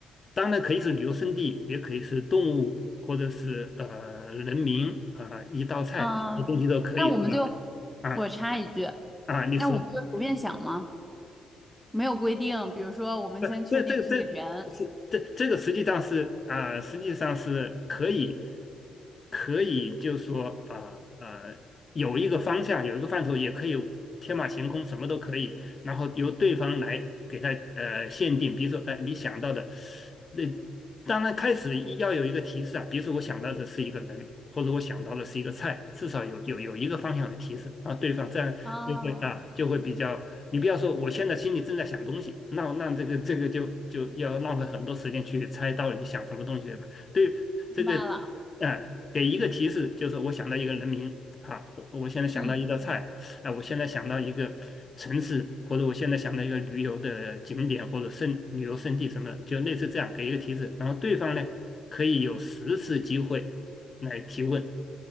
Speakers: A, on the left; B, in the centre.
A: 当然可以是旅游胜地，也可以是动物，或者是呃人民啊、呃一道菜，
B: 啊。
A: 什么东西都可以，
B: 那我们就
A: 对吧？啊
B: 我插一句，
A: 啊，你说。
B: 那我们就随便想嘛，没有规定。比如说，我们先确定是一个人
A: 不，这这这是这这个实际上是啊、呃实际上是可以可以，就说啊啊、呃有一个方向，有一个范畴，也可以天马行空，什么都可以。然后由对方来给他呃限定，比如说呃你想到的，那当然开始一要有一个提示啊，比如说我想到的是一个人，或者我想到的是一个菜，至少有有有一个方向的提示啊，对方这样就会啊就会比较，
B: 啊，
A: 你不要说我现在心里正在想东西，那那这个这个就就要浪费很多时间去猜到底想什么东西对吧？对这个。
B: 明白了。
A: 呃，给一个提示，就是我想到一个人名啊，我我现在想到一道菜。
B: 嗯嗯
A: 哎、我现在想到一个城市，或者我现在想到一个旅游的景点或者胜旅游胜地什么的，就类似这样给一个提示，然后对方呢可以有十次机会来提问，